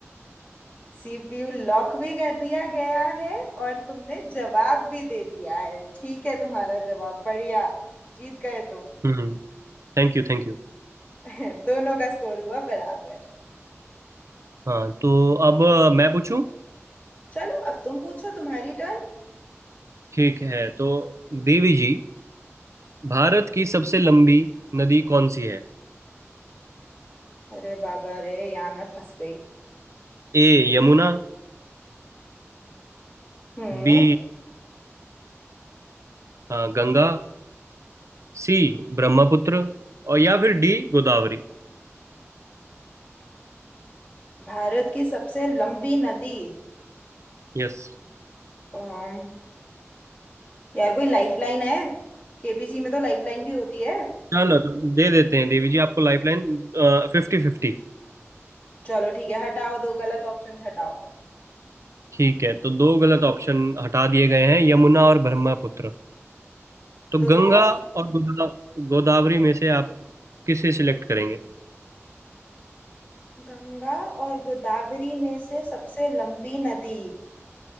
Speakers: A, on the left (about 30°); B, on the right (about 75°).
A: सीपीयू लॉक भी कर दिया गया है और तुमने जवाब भी दे दिया है ठीक है तुम्हारा जवाब बढ़िया जीत गए तुम
B: हम्म Thank you thank you
A: <laughs> दोनों का स्कोर हुआ बराबर
B: हाँ तो अब अ, मैं पूछूं
A: चलो अब तुम पूछो तुम्हारी टर्न
B: ठीक है तो देवी जी भारत की सबसे लंबी नदी कौन सी है
A: अरे बाबा रे यहाँ मैं फंस गई
B: A Yamuna
A: हम्म
B: B अ, Ganga C Brahmaputra और या फिर डी गोदावरी
A: भारत की सबसे लंबी नदी
B: यस
A: अम, यार कोई लाइफलाइन है केबीसी में तो लाइफलाइन भी होती है
B: चलो तो दे देते हैं देवी जी आपको लाइफलाइन फिफ्टी फिफ्टी
A: चलो ठीक है हटाओ दो गलत ऑप्शंस हटाओ
B: ठीक है तो दो गलत ऑप्शन हटा दिए गए हैं यमुना और ब्रह्मपुत्र तो
A: तो
B: गंगा
A: दो ऑप्शन
B: और गोदा, गोदावरी में से आप किसे सिलेक्ट करेंगे
A: गंगा और गोदावरी में से सबसे लंबी नदी